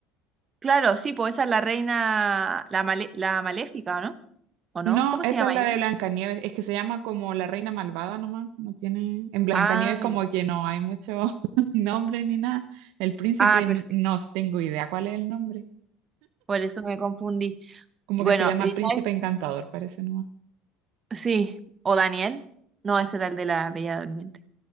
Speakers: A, on the right; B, on the right.
A: Claro, sí, po. Esa es la reina, la, male- la maléfica, ¿o no? ¿O no?
B: No,
A: ¿Cómo
B: esa
A: se llama
B: es la
A: ella?
B: de Blancanieves. Es que se llama como la reina malvada nomás. No tiene. En Blancanieves
A: Ah,
B: como
A: ya.
B: que no hay mucho <laughs> nombre ni nada. El príncipe
A: ah,
B: n-
A: perfecto.
B: no, tengo idea cuál es el nombre.
A: Por eso me confundí.
B: Como
A: Y
B: que
A: bueno,
B: se llama
A: ¿y
B: Príncipe
A: sabes?
B: Encantador, parece nomás.
A: Sí. ¿O Daniel? No, ese era el de la Bella Durmiente,